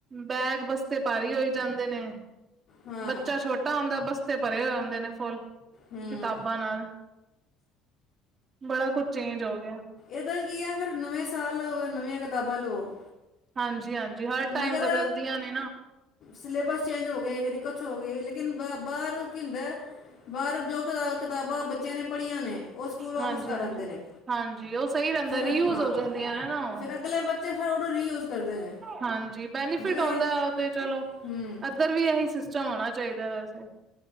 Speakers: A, on the right; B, on the left.
A: ਬੈਗ, ਬਸਤੇ ਭਾਰੀ ਹੋਈ, ਜਾਂਦੇ ਨੇ,
B: ਹਾਂ
A: ਬੱਚਾ ਛੋਟਾ ਓਂਦੇ ਬਸਤੇ ਭਰੇ, ਹੋਏ ਹੋਂਦੇ ਨੇ ਫੂਲ।
B: ਹੂੰ
A: ਕਿਤਾਬਾਂ ਨਾਲ। ਬੜਾ ਕੁਜ, ਚੇਂਜ ਹੋ ਗਿਆ।
B: ਏਦਾ ਕੀ ਆ, ਫੇਰ ਨਵੇਂ ਸਾਲ, ਨਵੀਆਂ ਕਤਾਬਾਂ ਲਵੋ।
A: ਹਾਂਜੀ- ਹਾਂਜੀ, ਹਰ ਟਾਈਮ,
B: ਮਗਰ
A: ਬਦਲਦੀਆਂ ਨੇ ਨਾ।
B: ਸਿਲੇਬਸ ਚੇਂਜ ਹੋ ਗਏ। ਕਦੀ ਕੁਛ ਹੋ ਗਈ। ਲੇਕਿਨ ਬਾ, ਬਾਹਰ ਕੀ ਹੁੰਦਾ ੲੈ। ਬਾਹਰ ਜੋ ਕ ਕਿਤਾਬਾਂ, ਬੱਚਿਆਂ ਨੇ ਪੜੀਆਂ ਨੇ ਉਹ ਸਕੂਲ ਵਾਪਿਸ,
A: ਹਾਂਜੀ
B: ਕਾਰ
A: ਹਾਂਜੀ
B: ਆਂਦੇ ਨੇ,
A: ਹਾਂਜੀ ਉਹ ਸਹੀ ਰਹਿੰਦਾ
B: ਫੇਰ
A: ਰੀਯੂਜ
B: ਹਾਂ,
A: ਹੋ ਜਾਂਦੀਆਂ ਨੇ ਨਾ ਉਹ
B: ਫੇਰ ਅਗਲੇ ਬੰ ਬੱਚੇ ਉਹਨੂੰ, ਰੀਯੂਜ ਕਰਦੇ ਨੇ।
A: ਹਾਂਜੀ। ਬੈਨੀਫਿਟ
B: ਜੇਕਰ
A: ਆਉਂਦਾ, ਉਹ ਤੇ ਚਲੋ।
B: ਹੂੰ
A: ਇੱਧਰ ਵੀ ਇਹੀ, ਸਿਸਟਮ ਹੋਣਾ ਚਾਹੀਦਾ, ਵੈਸੇ।